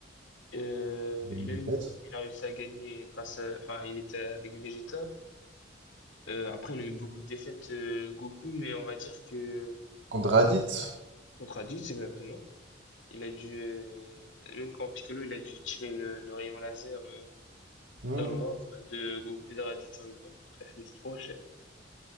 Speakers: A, on the left (about 75°); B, on the right (about 65°).
A: euh,
B: Il
A: il
B: a une défaite.
A: a eu une défaite, mais il a réussi à gagner grâce à. Enfin, il était avec Vegeta. Euh, après, il a eu beaucoup de défaites, euh, Goku, mais on va dire que.
B: Contre Raditz.
A: Contre Raditz, exactement. Il a dû. euh, Même quand Piccolo, il a dû tirer le, le rayon laser euh,
B: Hmm.
A: dans le ventre de Goku et de Raditz en même temps. Il a fait une petite brochette.